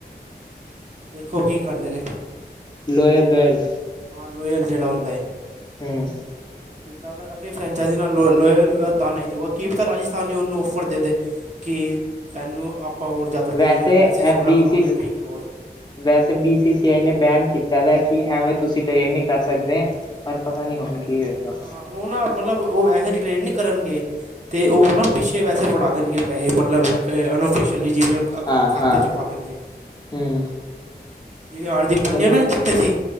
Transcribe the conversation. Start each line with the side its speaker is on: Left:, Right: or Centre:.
Right: ਵੇਖੋ ਕੀ ਕਰਦੇ ਨੇ।
Left: ਲੋੋਇਲ- ਲੋੋਇਲ।
Right: ਹਾ, ਲੋਇਲ ਜੇੜਾ ਹੁੰਦਾ ਏ।
Left: ਹੂੰ-ਹੂੰ।
Right: ਉਹ ਕਿ ਅਗਰ ਆਪਣੀ ਫਰੈਂਚਾਈਜ਼ ਨਾਲ ਲੋਇਲ-ਲਇਲ ਤਾਂ ਨਹੀਂ ਤੇ ਕੀ ਤਾਂ ਰਾਜਸਥਾਨੀ ਉਹਨੂੰ ਔਫਰ ਦੇ ਦੇ। ਕਿ ਤੈਨੂੰ ਆਪਾਂ ਹੋਰ ਜ਼ਿਆਦਾ
Left: ਵੈਸੇ
Right: ਦੇ ਦੇਣਗੇ ਪੈਸੇ
Left: ਇਹ
Right: ਸੋਲਾਂ
Left: ਬੀ
Right: ਕਰੋੜ
Left: ਸੀ ਸੀ
Right: ਜਾਂ ਵੀਹ ਕਰੋੜ।
Left: ਵੈਸੇ ਬੀ ਸੀ ਸੀ ਆਈ ਨੇ ਬੈਨ ਕੀਤਾ ਦਾ ਕਿ ਐਵੇਂ ਤੁਸੀਂ ਟਰੇਡ ਨੀ ਕਰ ਸਕਦੇ। ਪਰ ਪਤਾ ਨੀ ਹੁਣ ਕੀ ਹੈਗਾ।
Right: ਹਾਂ ਉਹ ਨਾ ਮਤਲਬ ਉ ਵੈੇਸੇ ਟਰੇੇਡ ਨੀ ਕਰਨਗੇ ਤੇ ਉਹ ਨਾ ਪਿੱਛੇ ਪੈਸੇ ਫੜਾ ਦੇਣਗੇ। ਪੈਸੇ ਮਤਲਬ ਅਨ ਔਫਿਸ਼ਅਲੀ ਜਿਵੇਂ
Left: ਹਾਂ
Right: ਖਾਤੇ
Left: ਹਾਂ
Right: 'ਚ ਪਾ ਦੇਣਗੇ।
Left: ਹੂੰ
Right: ਜਿਵੇਂ ਹਾਰਦਿਕ ਪਾਂਡਿਆ
Left: ਚਲੋ
Right: ਨੂੰ ਦਿੱਤੇ ਸੀ।